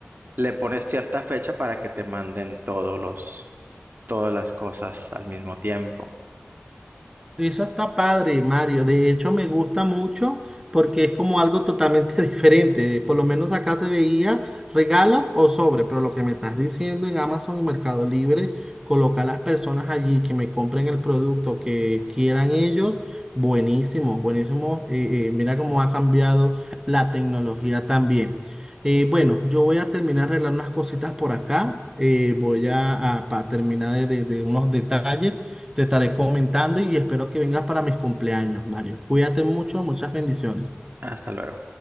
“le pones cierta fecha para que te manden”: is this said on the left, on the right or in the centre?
Right